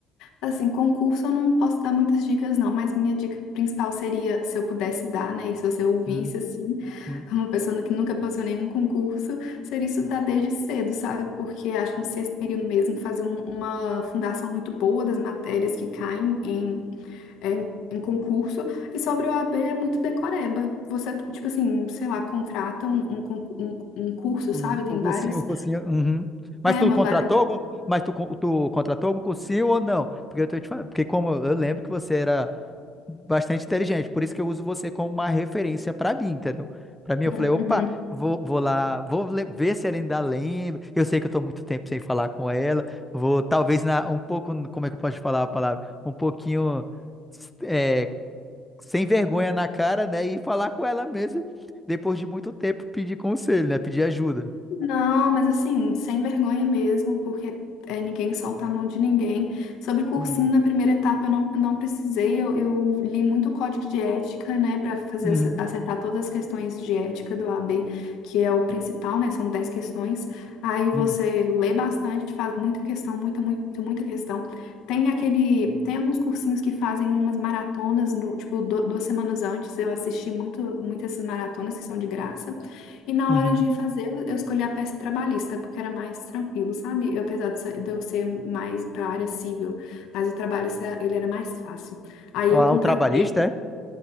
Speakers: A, on the left (about 75°); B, in the centre.
A: Assim, concurso eu não posso dar muitas dicas, não, mas minha dica principal seria, se eu pudesse dar, né, e se você ouvisse,
B: Uhum,
A: assim,
B: uhum,
A: uma pessoa que nunca passou nenhum concurso, seria estudar desde cedo, sabe? Porque acho que no sexto período mesmo, fazer um- uma fundação muito boa das matérias que caem em, em, em concurso, e sobre o OAB é muito decoreba. Você, tipo assim, sei lá, contrata um, um, concur- um, um curso,
B: uhum,
A: sabe? Tem
B: Um cursinho,
A: vários.
B: um cursinho. uhum. Mas
A: É,
B: tu
A: uma,
B: contratou
A: va-
B: algum, mas tu, con- tu contratou algum cursinho ou não? Porque eu tô te falando, porque como eu lembro que você era bastante inteligente. Por isso que eu uso você como uma referência para mim, entendeu? Para mim, eu
A: Uhum.
B: falei, opa, vou, vou lá, vou le- ver se ela ainda lembra. Eu sei que eu tô muito tempo sem falar com ela. Vou, talvez, na, um pouco, como é que eu posso falar a palavra? Um pouquinho, é, sem vergonha na cara, né? E falar com ela mesmo, depois de muito tempo, pedir conselho, né? Pedir ajuda.
A: Não, mas assim, sem vergonha mesmo, porque é, ninguém solta a mão de ninguém. Sobre cursinho,
B: Uhum.
A: na primeira etapa eu não, não precisei, eu, eu li muito o código de ética, né, para fazer
B: Uhum.
A: ace- acertar todas as questões de ética do AB, que é o principal, né, são 10 questões. Aí você
B: Sim.
A: lê bastante, faz muita questão, muita, muito, muita questão. Tem aquele, tem alguns cursinhos que fazem umas maratonas, no, tipo, du- duas semanas antes, eu assisti muito, muito essas maratonas que são de graça. E na
B: Uhum.
A: hora de fazer, eu eu escolhi a peça trabalhista, porque era mais tranquilo, sabe? Eu, apesar de ser- de eu ser mais para área civil, mas o trabalhista, ele era mais fácil. Aí
B: Ó,
A: eu contratei
B: o trabalhista, é?